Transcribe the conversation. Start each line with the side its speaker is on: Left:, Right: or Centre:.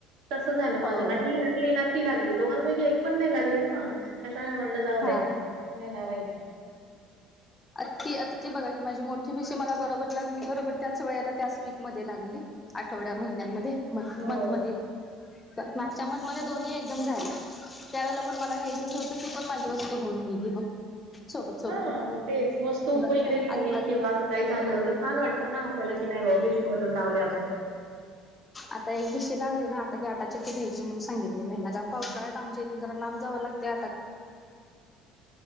Right: तसं झालं माझं.
Left: होय
Right: नाही लागली ना ती लागली दोघांपैकी एक पण नाही लागली ना. कसं हाय म्हटलं जाऊ
Left: हा.
Right: दे. परत नाही लावायची.
Left: आ ती आता ती बघा की माझी मोठी भीशी मला बरोबर लकनी बरोबर त्याच वेळेला त्याच वीक मध्ये लागली. आठवड्या महिन्यामध्ये मंथ
Right: हो.
Left: मध्ये मागच्या मंथ मध्ये दोन्ही एकदम झाल्या. त्यावेळेला पण मला घ्यायचंच होत ती पण माझी वस्तू होऊन गेली बघ सोबत सोबत!
Right: हां, मग तेच वतूक
Left: बरं
Right: वगैरे झाली
Left: आता
Right: किंवा असं काही झालं तर छान वाटतं ना आपल्याला की नाही बा विषमधून लावले असं
Left: आता एक भिशी लागली ना आता आटा चक्की घ्यायची म्हणून सांगितले मी ह्यांना, कारण पावसाळ्यात आमच्या इथून जरा लांब जाव लागं त्याता
Right: <inaudible>